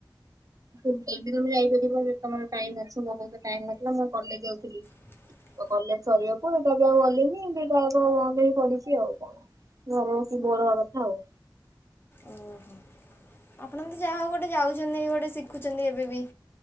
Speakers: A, on the right; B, on the left.
A: ଯୋଉ ତମେ ଯାଇପାରିବ ଯଦି ତମର ଟାଇମ ଅଛି ମୋ ପାଖରେ ଟାଇମ ନଥିଲା ମୁଁ କଲେଜ ଯାଉଥିଲି।
B: <inaudible>
A: ତ କଲେଜ ସରିବାକୁ ଏଟା ବି ଆଉ ଗଲିନି। ଇଁ ଦିଟା ଜାଗା କୁ ବନ୍ଦ ହେଇକି ପଡ଼ିଛି ଆଉ କଣ ଘରେ ବସି ବୋର ହବ କଥା ଆଉ।
B: ଓହୋ ଆପଣ ତ ଯାହା ହଉ ଗୋଟେ ଯାଉଛନ୍ତି ଗୋଟେ ଶିଖୁଛନ୍ତି ଏବେ ବି।